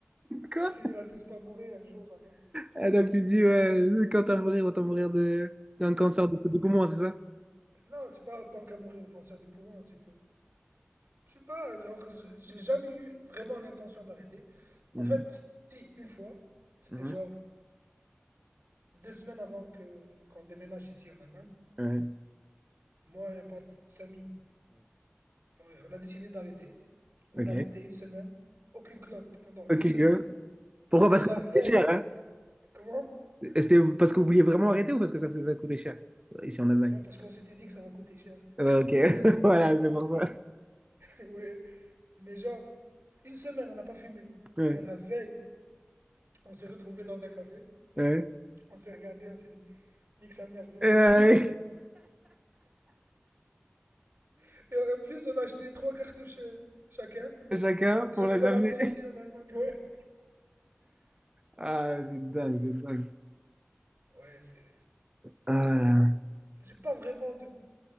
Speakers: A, on the right (about 25°); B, on the right (about 60°).
A: Quoi?
B: On finira tous par mourir un jour, alors.
A: Ah, donc tu te dis, ouais, quand t'as mourir, autant mourir de, d'un cancer de, de poumon, c'est ça?
B: Non, c'est pas tant qu'à mourir de cancer des poumons, c'est que... Je sais pas, genre, j- j'ai jamais eu vraiment l'intention d'arrêter.
A: Mhm.
B: En fait, si, une fois, c'était
A: Mhm.
B: genre deux semaines avant que qu'on déménage ici en Allemagne.
A: Ouais,
B: Moi et un pote, Samy, Ah Ouais, on a décidé d'arrêter. On
A: ouais, ok.
B: a arrêté une semaine. Aucune clope pendant
A: Ok,
B: une semaine.
A: girl. Pourquoi?
B: Et
A: Parce
B: la
A: que ça
B: veille,
A: coûtait cher, hein?
B: comment?
A: C'était parce que vous vouliez vraiment arrêter ou parce que ça faisait ça coûtait cher? Ici en Allemagne.
B: Non, parce qu'on s'était dit que ça va coûter cher.
A: Ouais,
B: <laughs>
A: ok,
B: Ouais,
A: <laughs> voilà, c'est pour ça.
B: ouais. Mais genre, une semaine, on n'a pas fumé.
A: Ouais,
B: Mais la veille, on s'est retrouvés dans un café.
A: ouais.
B: On s'est regardé, on s'est dit, nique sa mère, viens,
A: Et,
B: on
A: euh,
B: fume. <laughs> Et en en plus, on a acheté trois cartouches euh, chacun.
A: <laughs> Chacun
B: Et
A: pour
B: on
A: la
B: les
A: dernière.
B: a ramenés Ouais. ici en Allemagne. Ouais.
A: Ah, c'est dingue, c'est dingue.
B: Ouais, c'est.
A: Ah,
B: J'ai pas vraiment de...